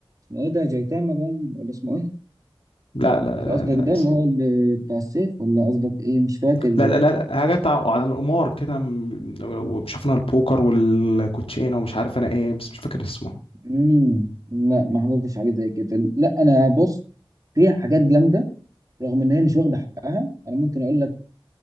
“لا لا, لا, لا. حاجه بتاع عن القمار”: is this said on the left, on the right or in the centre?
Left